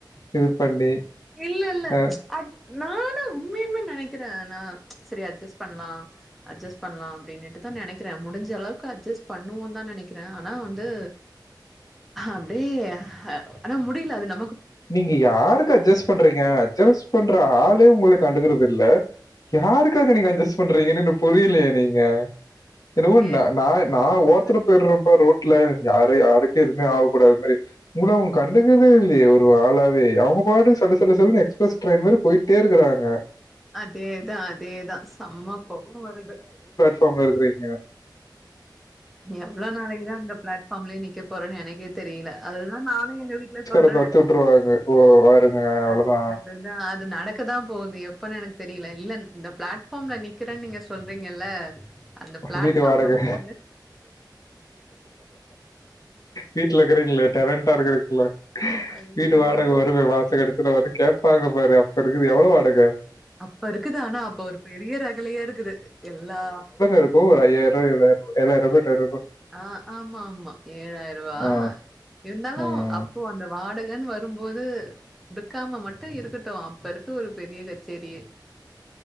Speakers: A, on the left; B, in the centre.
A: இது பண்ணி
B: இல்ல இல்ல
A: அ
B: அது நானா உண்மையும நெனக்கிறே நா சரி அட்ஜஸ் பண்லா அட்ஜஸ் பண்ணலா அப்டின்னுட்டுதா நெனக்கிறே முடிஞ்ச அளவுக்கு அட்ஜஸ் பண்ணுவோ தா நெனக்கிறே ஆனா வந்து அப்டியே ஆனா முடியல அது நம்
A: நீங்க யாருக்கு அஜஸ் பண்றீங்க அட்ஜஸ் பண்ற ஆளே உங்கள கண்டுகறதில்ல யாருக் காக நீங்க அட்ஜஸ்ட் பண்றீங்கன்னு புரியலயே நீங்க என்னவோ
B: என்ன
A: நா நா
B: பண்றது
A: ஓரத்துல போய்ற பாரு ரோட் ல யார யாருக் எதுமே ஆக கூடாத மாரி உங்கள அவுங்க கண்டுக்கவே இல்லயே ஒரு ஆளாவே அவுங்க பாட்டுக்கு சல்லு சில்லுனு எக்ஸ்பிரஸ் ட்ரெயின் மாதி போய்ட்டே இருக்கறாங்க
B: அதேதா அதேதா செம்ம கோவொ வருது
A: கோவமா இருக்றீங்க
B: எவ்ளோ நாளைக்கிதா இந்த பிளாட்ஃபாம்லயே நிக்கே போறேனு எனக்கே தெரியல அதுதா நானு எங்க வீட்ல சொல்
A: திரும்ப அத்து வுட்ருவாங்க ஓ வாருங்க அவ்ளோ
B: அது
A: தா
B: அதுதா அது நடக்கதா போகுது எப்பன்னு எனக்கு தெரியல இல்ல இந்த பிளாட்ஃபாம்ல நிக்றேனு நீங்க சொல் சொல்றீங்கல்ல அந்த பிளாட்ஃபாம்
A: வீட்டு வாடகை.
B: வந்து
A: வீட்ல இருக்றீங்களே டேலண்டா இருக்கறதுக்கிள்ள
B: ஐயையோ!
A: வீட்டு வாடக வருமே வாச கடு கூட வந்து கேட்பாங்க பாரு அப்ப இருக்குது எவ்ள வாடக
B: அப்ப இருக்குது ஆனா அப்ப ஒரு பெரிய ரகலயா இருக்குது எல்லா
A: இருக்கு ஒரு ஐயாயிர ஏழாயிர ஏழாயிர எட்டாயிர
B: ஆ ஆமா ஆமா ஏழாயிரவா
A: ஆ.
B: இருந்தாலு
A: ம்.
B: அப்போ அந்த வாடகன் வரும்போது குடுக்காம மட்டு இருக்கட்டு அப்ப இருக்கு ஒரு பெரிய கச்சேரியே